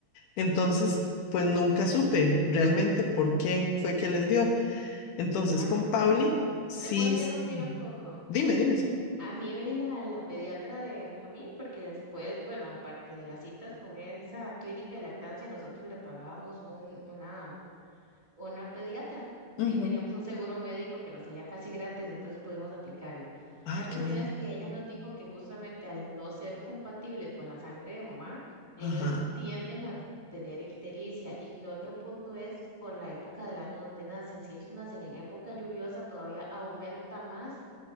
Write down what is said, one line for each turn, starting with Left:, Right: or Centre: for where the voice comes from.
Left: Entonces, pues nunca supe realmente por qué fue que les dio. Entonces,
Right: am-
Left: con Pauli, sí,
Right: te puedo interrumpir
Left: s-
Right: un poco.
Left: dime, dime, sí.
Right: A mí la, la pediatra de Benjamín, porque después, bueno, aparte de las citas con esa clínica de lactancia, nosotros le pagábamos un, una una pediatra.
Left: Ujú.
Right: Ahí teníamos un seguro médico que nos salía casi gratis, entonces pudimos aplicarlo.
Left: Ah,
Right: La cuestión
Left: qué bueno.
Right: es que ella nos dijo que justamente al no ser compatibles con la sangre de mamá, ellos
Left: Ajá.
Right: tienden a tener ictericia y que otro punto es por la época del año donde nacen. Si ellos nacen en época lluviosa, todavía aumenta más